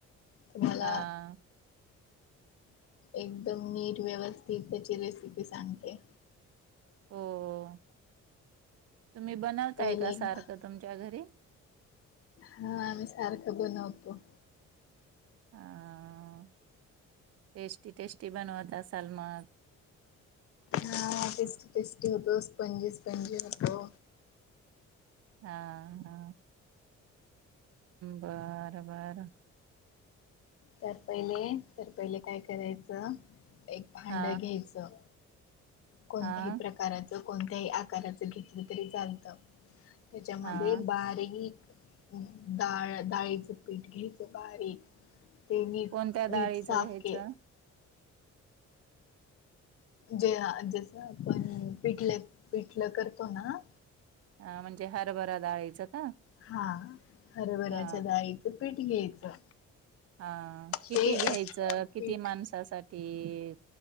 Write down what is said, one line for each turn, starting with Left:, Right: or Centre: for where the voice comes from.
Left: तुम्हाला
Right: हा
Left: एकदम नीट व्यवस्थित त्याची रेसिपी सांगते.
Right: हो हो तुम्ही बनवताय
Left: पहिले
Right: का
Left: एक
Right: सारखं
Left: भा
Right: तुमच्या घरी?
Left: हा आम्ही सारखं बनवतो.
Right: आं टेस्टी टेस्टी बनवत असाल मग.
Left: हा टेस्टी टेस्टी होतो स्पंजी स्पंजी होतो.
Right: हां हां बर बर.
Left: तर पहिले तर पहिले काय करायचं एक भांड
Right: हा
Left: घ्यायचं कोणत्याही
Right: हा
Left: प्रकाराचं कोणत्याही आकाराचं घेतलं तरी चालतं. त्याच्यामध्ये
Right: हा
Left: बारीक डाळ डाळीचं पीठ घ्यायचं बारीक ते नीट
Right: कोणत्या डाळीचं
Left: नीट साफ
Right: घ्यायचं
Left: के जे आ जस आपण पिठले पिठलं करतो ना
Right: आ म्हणजे हरभरा डाळीच का?
Left: हा हरभऱ्याच्या
Right: हा
Left: डाळीच पीठ घ्यायचं.
Right: हां किती
Left: ते
Right: घ्यायचं, किती
Left: पीठ
Right: माणसं सा साठी